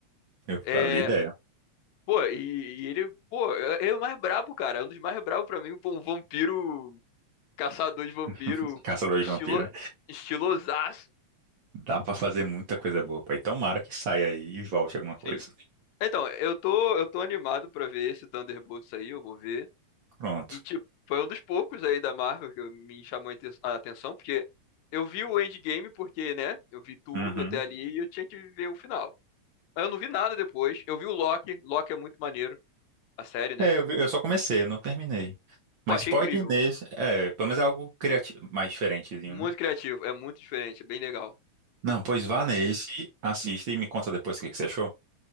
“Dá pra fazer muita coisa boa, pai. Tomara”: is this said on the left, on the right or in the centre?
Right